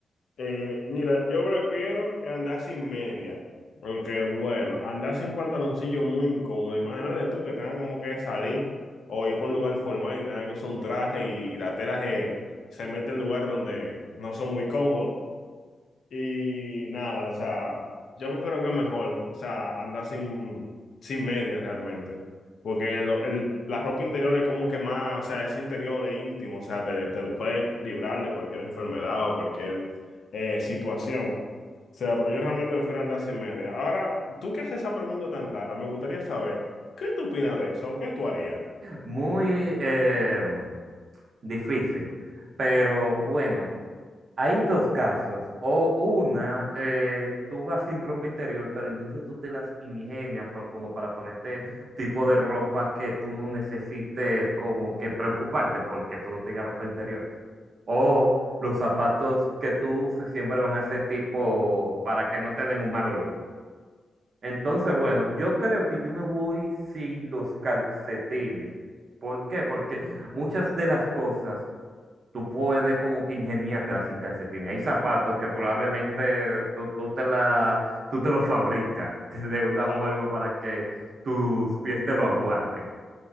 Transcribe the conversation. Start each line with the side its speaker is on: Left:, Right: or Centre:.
Left: Eh, mira, yo prefiero andar sin media, porque bueno, andar sin pantaloncillo es muy incómodo. Imagínate tú que tengas como que salir o ir por un lugar formal y tengas que usar un traje y, y la tela se, se mete en lugares donde no son muy cómodos. Y nada, o sea, yo prefiero que mejor, o sea, andar sin, sin medias realmente. Porque lo- el- la ropa interior es como que más, o sea, es interior, es íntimo, o sea, te, te puede librar de cualquier enfermedad o cualquier eh, situación. O sea, pero yo realmente prefiero andar sin medias. Ahora, tú que haces esa pregunta tan rara, me gustaría saber, ¿qué tú opinas de eso? ¿Qué tú harías?
Right: Muy eh, mm, difícil. Pero bueno, hay dos casos. O una, eh, tú vas sin ropa interior, pero entonces tú te las ingenias por- como para ponerte tipo de ropa que tú no necesites como que preocuparte porque tú no tengas ropa interior. O los zapatos que tú uses siempre van a ser tipo para que no te den un mal olor. Entonces, bueno, yo creo que yo me voy sin los calcetines. ¿Por qué? Porque muchas de las cosas tú puedes como que ingeniártelas sin calcetines. Hay zapatos que probablemente tú, tú te la, tú te los fabricas <laughs> de una
Left: Ah,
Right: forma para que tus pies te lo aguanten.